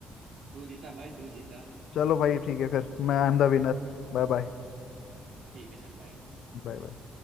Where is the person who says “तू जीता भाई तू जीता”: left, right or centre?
Right